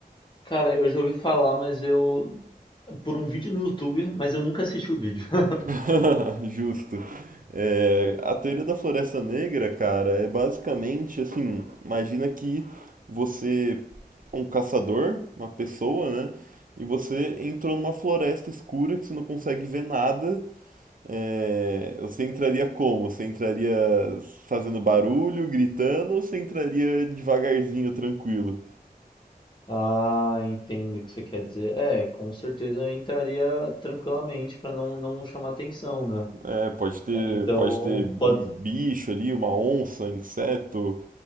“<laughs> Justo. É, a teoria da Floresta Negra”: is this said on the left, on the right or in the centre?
Right